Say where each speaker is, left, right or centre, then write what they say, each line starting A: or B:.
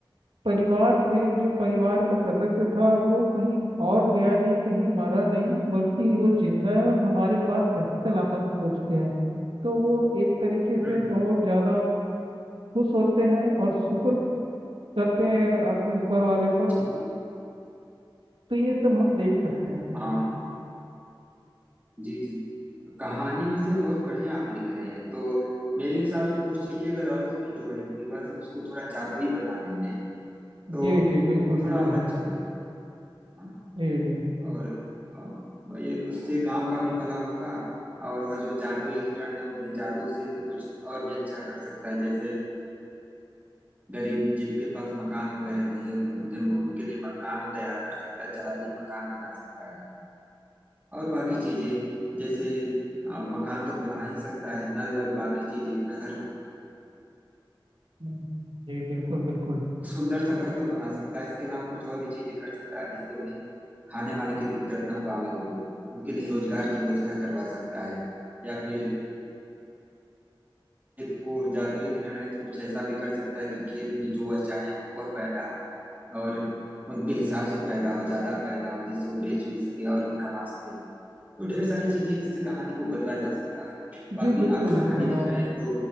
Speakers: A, on the right; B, on the right.
A: परिवार थे जो परिवार का सदस्य था वो कहीं और गया नहीं कहीं मरा नहीं बल्कि वो जिंदा है और हमारे पास सही सलामत पहुंच गया है तो वो एक तरीके से
B: हम्म
A: बहुत
B: हम्म,
A: ज्यादा खुश होते हैं और शुक्र करते हैं अपने ऊपर वाले पर
B: ठीक है
A: तो ये सब हम देख सकते हैं इसमें
B: हाँ जी जी कहानी वैसे बहुत बढ़िया आप लिख रहे हैं तो मेरे हिसाब से कुछ चीजें अगर और इसमें जोड़ेंगे वह सब उसको थोड़ा जादुई बना देंगे तो
A: जी जी बिल्कुल
B: थोड़ा
A: बिल्कुल
B: और अच्छा हो जाएगा
A: जी जी
B: और अ, ये उससे गांव का भी भला होगा और वह जो जादुई हिरण है वो अपने जादू से कुछ और भी अच्छा कर सकता है जैसे गरीब जिनके पास मकान वगैरह नहीं है उनको- उन्हें उनके लिए मकान वो तैयार कर सकता है जादुई मकान बना सकता है और बाकी चीजें जैसे आ, मकान तो बना ही सकता है नल और बाकी चीजें घर
A: हम्म, जी बिल्कुल बिल्कुल
B: सुंदर सा घर तो बना सकता है इसके अलावा कुछ और भी चीजें कर सकता है जिससे उन्हें खाने वाने की दिक्कत ना हो गाँव वालों को उनके लिए रोजगार की व्यवस्था करवा सकता है या फिर खेत को जादुई हिरण है तो कुछ ऐसा भी कर सकता है कि खेत में जो वह चाहे वह पैदा हो और उनके हिसाब से पैदा हो ज्यादा पैदा हो जिससे वो बेच भी सके और भी कमा सके तो ढेर सारी चीजें हैं जिससे कहानी को बदला जा सकता है बाकी
A: जी बिल्कुल
B: आप कहानी
A: इसमें
B: लिख
A: और
B: रहे हैं तो